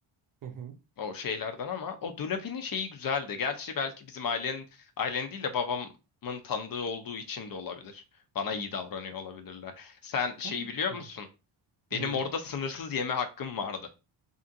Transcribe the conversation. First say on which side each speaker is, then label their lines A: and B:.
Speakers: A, on the right; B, on the left.
A: Hı hı.
B: o şeylerden ama o Dolapi'nin şeyi güzeldi. Gerçi belki bizim ailenin ailen değil de babamın tanıdığı olduğu için de olabilir. Bana iyi davranıyor olabilirler. Sen şeyi
A: Belki
B: biliyor musun? Benim
A: neyi?
B: orada sınırsız yeme hakkım vardı.